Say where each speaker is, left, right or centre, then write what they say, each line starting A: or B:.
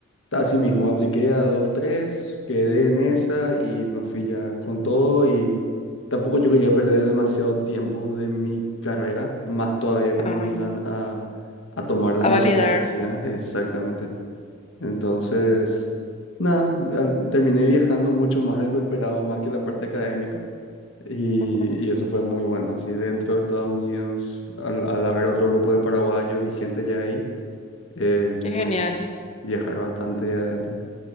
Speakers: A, on the left (about 60°); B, on the left (about 30°).
A: Así mismo, apliqué a dos, tres, quedé en esa y me fui ya con todo y tampoco yo quería perder demasiado tiempo de mi carrera, más todavía que no
B: ah,
A: me iban a, a tomar las
B: a
A: materias
B: validar.
A: que hacía, exactamente. Entonces, nada, al- terminé viajando mucho más de lo esperado, más que la parte académica y,
B: <laughs>
A: y eso fue muy bueno, así dentro de Estados Unidos, al, al haber otro grupo de paraguayos y gente ya ahí, eh,
B: Qué
A: pudimos
B: genial,
A: viajar bastante adentro.